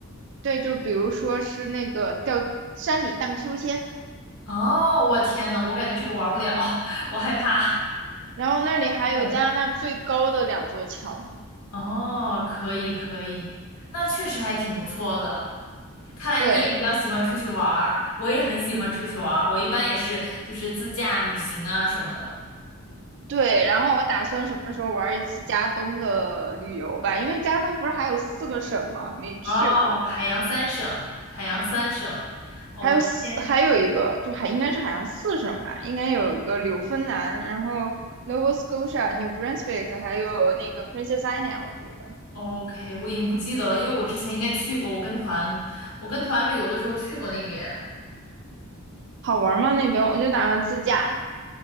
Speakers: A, on the right; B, on the left.
A: 对，就比如说是那个叫山里荡秋千，
B: 哦，我天呐，我感觉这个玩不了，<laughs> 我害怕。
A: 然后那里还有加拿大最高的两座桥。
B: 用。哦，可以可以，那确实还挺不错的。看来你也比较喜欢出去玩儿，
A: 对
B: 我也很喜欢出去玩儿。
A: 嗯，
B: 我一般也是就是自驾旅行啊什么的。
A: 对，然后我打算什么时候玩一次加东的旅游吧，因为加东不是还有四个省吗？没去过，
B: 哦，海洋三省，海洋三省。
A: 还有四，
B: 天。
A: 还有一个就还应该是好像四省吧，应该有一个纽芬兰，然后 Nova Scotia、New Brunswick，还有那个 Princess Island，我觉得
B: OK，我已经不记得了，因为我之前应该去过，我跟团，我跟团旅游的时候去过那边。
A: 好玩吗？那边我就打算自驾。